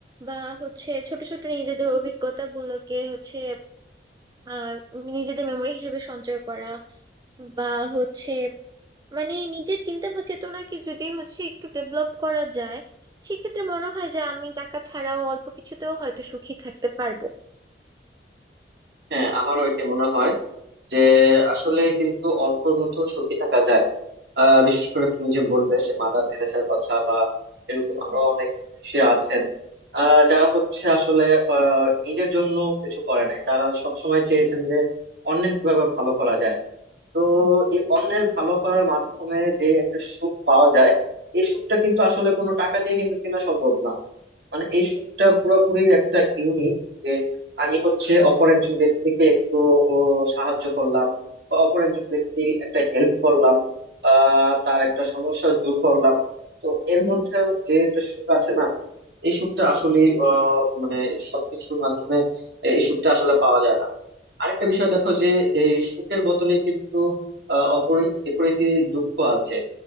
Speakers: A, on the right; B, on the right.
A: বা হচ্ছে ছোট ছোট নিজেদের অভিজ্ঞতা গুলোকে হচ্ছে আহ নিজেদের মেমরি হিসেবে সঞ্চয় করা বা হচ্ছে মানে নিজের চিন্তা ভাব- চেতনাকে যদি হচ্ছে একটু ডেভেলপ করা যায় সেক্ষেত্রে মনে হয় যে আমি টাকা ছাড়াও অল্প কিছুতেও হয়তো সুখী থাকতে পারবো
B: হ্যাঁ আমারও এটা মনে হয় যে আসলে কিন্তু অল্পের মধ্যেও সুখী থাকা যায় আহ বিশেষ করে তুমি যে বললে যে মাদার তেরেসার কথা বা এরকম আরো অনেক সে আছেন আহ যারা হচ্ছে আসলে আহ নিজের জন্য কিছু করে নাই তারা সবসময় চেয়েছেন যে অন্যের কিভাবে ভালো করা যায় তো এই অন্যের ভালো করার মাধ্যমে যে একটা সুখ পাওয়া যায় এই সুখটা কিন্তু আসলে কোনো টাকা দিয়ে কিন্তু কেনা সম্ভব না মানে এই শ্যুটটা পুরোপুরি একটা ইউনিক যে আমি হচ্ছে অপর একজন ব্যক্তিকে একটু ও, সাহায্য করলাম বা অপর একজন ব্যক্তি একটা হেল্প করলাম আহ তার একটা সমস্যা দূর করলাম তো এর মধ্যে যে একটা সুখ আছে না এই সুখটা আসলে আহ মানে সবকিছুর মাধ্যমে এই সুখটা আসলে পাওয়া যায় না আরেকটা বিষয় দেখো যে এই সুখের বদলে কিন্তু আহ অপরি বিপরীতে দুঃখ আছে